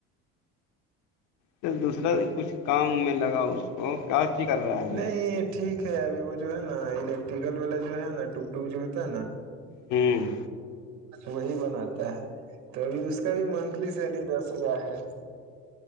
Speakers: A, on the left; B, on the right.
A: پھر دوسرا کچھ کام میں لگا اس وہ کیاچی کر رہا ہے ابھی
B: نہیں
A: وہ
B: ٹھیک ہے ابھی وہ جو ہے نا الیکٹریکل والا جو ہے نا ٹک ٹک جو ہوتا ہے نا
A: ہوں
B: وہی بناتا ہے تو ابھی اس کا بھی منتھلی سیلری دس ہزار ہے